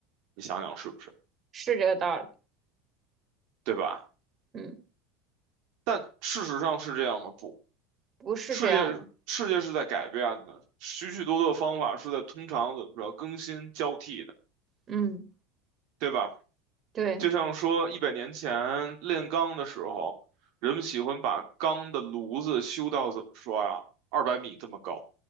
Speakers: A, on the right; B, on the right.
A: 你想想是不是？
B: 是这个道理。
A: 对吧？
B: 嗯，
A: 但事实上是这样吗？不，
B: 不是这样的。
A: 世界世界是在改变的，许许多多的方法是在通常怎么着更新交替的，
B: 嗯，
A: 对吧？
B: 对，
A: 就像说一百年前炼钢的时候，人们喜欢把钢的炉子修到怎么说呀，二百米这么高。